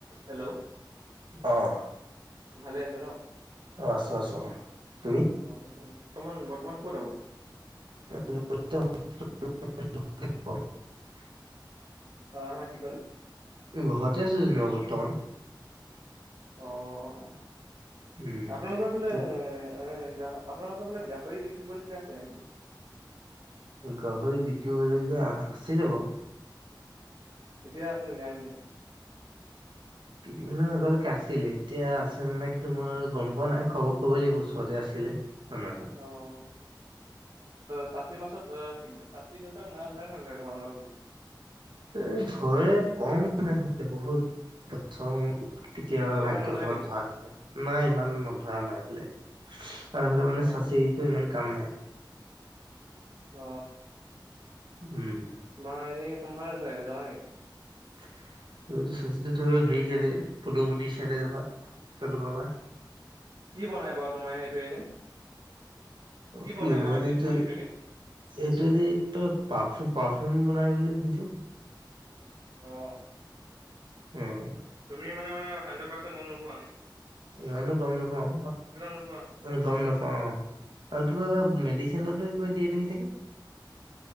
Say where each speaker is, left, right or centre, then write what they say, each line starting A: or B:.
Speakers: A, on the right; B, on the right.
A: Hello
B: অ'।
A: ভালে আছ ন?
B: আছো আছো। তুমি
A: অ' বৰ্তমান বৰ্তমান ক'ত আপনি?
B: <inaudible>
A: অ আহ কি ক'লে?
B: গৰতে আছো যেনিবা বৰ্তমান।
A: অ আপোনালোকৰ
B: উম।
A: পিনে
B: ত'
A: আপোনালোকৰ বিলাক গাহৰি বিকিবলগীয়া আছে নেকি?
B: গাহৰি বিকিবলৈকে আছিলে বাৰু।
A: এতিয়া আছে নাই নি?
B: কেইদিনমানৰ আগলৈকে আছিলে, এতিয়া আছে নে নাই কিন্তু মই গম পোৱা নাই খবৰ কৰিবই লাগিব ওচৰতে আছিলে। মানুহৰ ঘৰত।
A: অ <unintelligible> চাচি মাছত আহ, স চাচি গছৰ <unintelligible> নহয় তোমালোকৰ ফুলে।
B: এ ঘৰে কম মানে বহুত, কেতিয়াবা
A: ইমান
B: ভাগ্য
A: নধৰে
B: ফলত
A: নেকি?
B: ধৰা দেখে নাই ইমান ন ধৰা নাই এইফালে। আমাৰ এফালে মানে
A: অ
B: চাচিটো ইমান কাম নাই।
A: অ,
B: উম।
A: তোমাৰ এনেই কোনফালে ধৰে জানা নেকি?
B: <unintelligible>
A: অ
B: সেইফালৰ পৰা
A: কি বনাই বাৰু তোমাৰ সেইটো এনে?
B: কি
A: বনাই
B: <unintelligible> এইটো
A: বাৰু এনেই তোমাৰ সেইটোৱেদি?
B: এইটোৱে দি প পাৰফম বনাই বুলি শুনিছো।
A: অ,
B: উম।
A: তুলি মানে হুন্দ্ৰেদপৰ্চেন্ত গম নাপোৱা।
B: ইমানো গম নেপাওঁ,
A: নোপোৱা?
B: গম নেপাওঁ আঁ, আৰু কিবা এটা মেদিছি <unintelligible> কিবা দিয়ে নেকি চাগে?